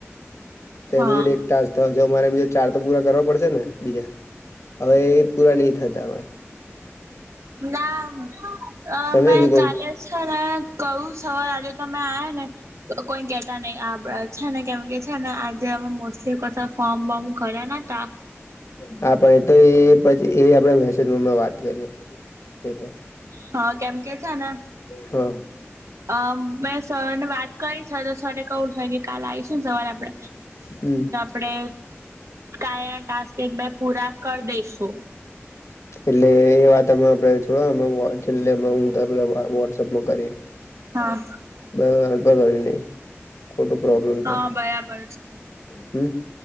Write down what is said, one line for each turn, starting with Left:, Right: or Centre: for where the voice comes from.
Left: તો
Right: હા
Left: એમની જોડે એક ટક તો હજ મારેજ ચાર તો પૂરા કરવા પડશે ને બીજા હવે એ પૂરા નહીં થતાં.
Right: ના
Left: સમજે
Right: મેં
Left: શું કઉ
Right: કાલે છે, ને કહું સવારે આ તમે આ ને કોઈ કેતા નહી આ છે, ને કેમ કે છે, ને આજે ત મોસ્ટલી કસ ફોર્મ બર્મ કર ત
Left: હા પણ એ તો એ પછી એ આપડ મેસેજમાં વાત કરીએ. એ તો
Right: હા કેમ કે છે એને
Left: હા.
Right: અમ મે સર ને વાત કરી છે તો સર કવું થાય કે કાલ આવીશ ને સવારે આપડે
Left: હમ.
Right: આપણે કયા ટાસ્ક એક બે પૂરા કરી દઈસું.
Left: એટલે એ વાતમાં આપડે થોડમાં છેલ્લેમ હું પેલા વોટસઅપમાં કરીએ.
Right: હા.
Left: બ હડપા કરવી નહ ખોટું પ્રોબ્લેમ થાય.
Right: હા બરાબર છે
Left: હમ.